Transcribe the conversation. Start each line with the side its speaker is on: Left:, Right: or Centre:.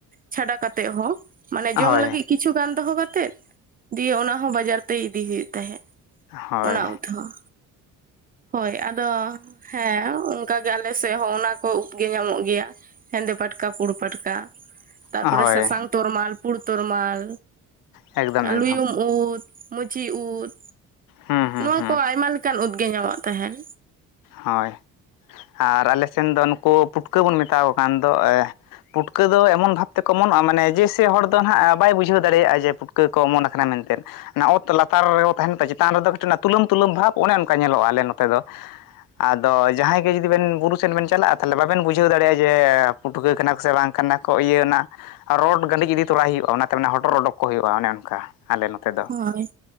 Right: ᱪᱷᱟᱰᱟ ᱠᱟᱛᱮᱫ ᱦᱚᱸ, ᱢᱟᱱᱮ ᱡᱚᱢ
Left: ᱦᱳᱭ
Right: ᱞᱟᱹᱜᱤᱫ ᱠᱤᱪᱷᱩ ᱜᱟᱱ ᱫᱚᱦᱚ ᱠᱟᱛᱮᱜ, ᱫᱤᱭᱮ ᱚᱱᱟ ᱦᱚᱸ ᱵᱟᱡᱟᱨ ᱛᱮ ᱤᱫᱤ ᱦᱩᱭᱩᱜ ᱛᱟᱦᱮᱸᱫ᱾
Left: ᱦᱳᱭ
Right: ᱚᱱᱟ ᱩᱫᱽ ᱦᱚᱸ᱾ ᱦᱳᱭ ᱟᱫᱚ ᱦᱮᱸ, ᱚᱱᱠᱟᱟ ᱜᱮ ᱟᱞᱮ ᱥᱮᱫ ᱦᱚᱸ ᱚᱱᱟ ᱠᱚ ᱩᱫᱽ ᱜᱮ ᱧᱟᱢᱚᱜ ᱜᱮᱭᱟ᱾ ᱦᱮᱸᱫᱮ ᱯᱟᱴᱠᱟ ᱯᱩᱬ ᱯᱟᱴᱠᱟ, ᱛᱟᱨᱯᱚᱨᱮ
Left: ᱦᱳᱭ
Right: ᱥᱟᱥᱟᱝ ᱛᱚᱨᱢᱟᱞ ᱯᱩᱬ ᱛᱚᱨᱢᱟᱞ᱾
Left: ᱮᱠᱫᱚᱢ
Right: ᱟᱨ
Left: ᱮᱠᱫᱚᱢ
Right: ᱞᱩᱭᱩᱢ ᱩᱫᱽ, ᱢᱩᱪᱤ ᱩᱫ,
Left: ᱦᱩᱸ ᱦᱩᱸ
Right: ᱱᱚᱣᱟ
Left: ᱦᱩᱸ
Right: ᱠᱚ ᱟᱭᱢᱟ ᱞᱮᱠᱟᱱ ᱩᱫᱽ ᱜᱮ ᱧᱟᱢᱚᱜ ᱛᱟᱦᱮᱱ᱾
Left: ᱦᱳᱭ ᱟᱨ ᱟᱞᱮ ᱥᱮᱱ ᱫᱚ ᱱᱩᱠᱩ ᱯᱩᱴᱠᱟᱹ ᱵᱚᱱ ᱢᱮᱛᱟᱣᱟ ᱠᱚ ᱠᱟᱱ ᱫᱚ ᱮ ᱯᱩᱴ ᱠᱟᱹ ᱫᱚ ᱮᱢᱚᱱ ᱵᱷᱟᱵᱽᱛᱮᱠᱚ ᱚᱢᱚᱱᱚᱜᱼᱟ ᱢᱟᱱᱮ ᱡᱮᱥᱮ ᱦᱚᱲ ᱫᱚ ᱱᱟᱦᱟᱜ ᱵᱟᱭ ᱵᱩᱡᱷᱟᱹᱣ ᱫᱟᱲᱮᱭᱟᱜᱼᱟ ᱡᱮ ᱯᱩᱴᱠᱟᱹ ᱠᱚ ᱚᱢᱚᱱ ᱟᱠᱟᱱᱟ ᱢᱮᱱᱛᱮᱫ᱾ ᱚᱱᱟ ᱚᱛ ᱞᱟᱛᱟᱨ ᱨᱮᱠᱚ ᱛᱟᱦᱮᱱᱟᱛᱚ ᱪᱮᱛᱟᱱ ᱨᱮᱫᱚ ᱠᱟᱹᱴᱤᱡ ᱚᱱᱟ ᱛᱩᱞᱟᱹᱢ ᱛᱩᱞᱟᱹᱢ ᱵᱷᱟᱵᱽ ᱚᱱᱮ ᱚᱱᱠᱟ ᱧᱮᱞᱚᱜᱼᱟ ᱟᱞᱮ ᱱᱚᱛᱮ ᱫᱚ᱾ ᱟᱫᱚ ᱡᱟᱦᱟᱸᱭ ᱜᱮ ᱡᱩᱫᱤ ᱵᱮᱱ ᱵᱩᱨᱩ ᱥᱮᱱ ᱵᱮᱱ ᱪᱟᱞᱟᱜᱼᱟ ᱛᱟᱞᱦᱮ ᱵᱟᱵᱮᱱ ᱵᱩᱡᱷᱟᱹᱣ ᱫᱟᱲᱮᱭᱟᱜᱼᱟ ᱡᱮ ᱯᱩᱴᱩᱠᱟᱹ ᱠᱟᱱᱟ ᱠᱚ ᱥᱮ ᱵᱟᱝ ᱠᱟᱱᱟ ᱠᱚ ᱤᱭᱟᱹ ᱱᱟ ᱨᱚᱰ ᱜᱟᱹᱰᱤᱡ ᱤᱫᱤ ᱛᱚᱨᱟᱭ ᱦᱩᱭᱩᱜᱼᱟ ᱚᱱᱟᱛᱮ ᱢᱟᱱᱮ ᱦᱚᱴᱚᱨ ᱚᱰᱚᱠ ᱠᱚ ᱦᱩᱭᱩᱜᱼᱟ ᱚᱱᱮ ᱚᱱᱠᱟ ᱟᱞᱮ ᱱᱚᱛᱮ ᱫᱚ
Right: ᱦᱳᱭ